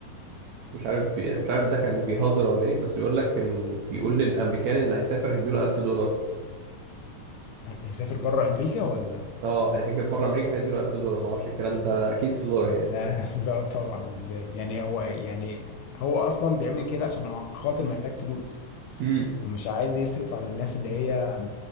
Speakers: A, on the right (about 75°); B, on the left (about 75°).
A: مش عارف بي مش عارف ده كان بيهزر ولا ايه بس بيقول لك ان بيقول للامريكان اللي هيسافر هيديله 1000 دولار
B: هي- هيسافر بره امريكا ولا؟
A: اه هيهاجر بره امريكا هيديله 1000 دولار ما اعرفش الكلام ده اكيد هزار يعني
B: لا <laughs> لا طبعا ازاي؟ يعني هو يعني هو اصلا بيعمل كده عشان خاطر محتاج فلوس
A: امم
B: ومش عايز يصرف على الناس اللي هي م-